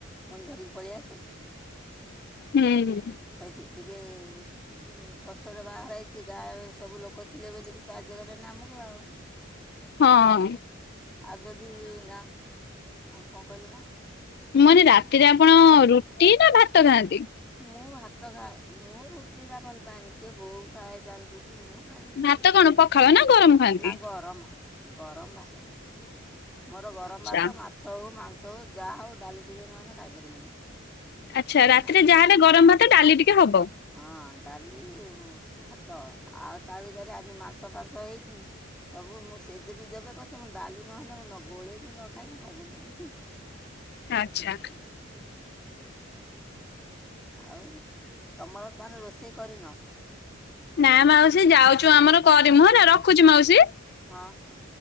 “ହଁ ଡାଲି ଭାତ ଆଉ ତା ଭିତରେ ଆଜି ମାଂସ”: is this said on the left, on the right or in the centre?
Centre